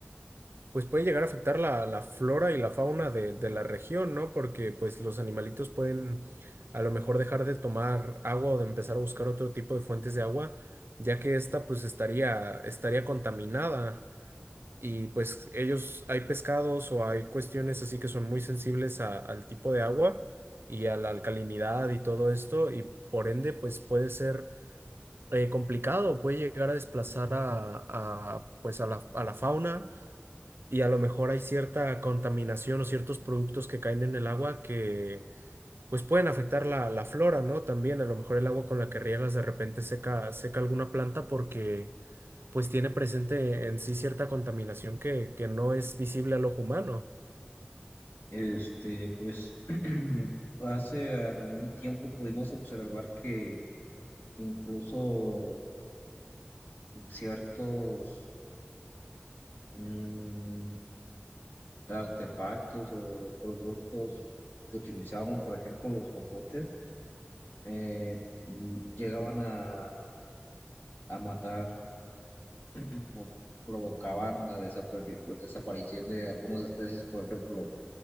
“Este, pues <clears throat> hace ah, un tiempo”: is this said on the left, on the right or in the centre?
Left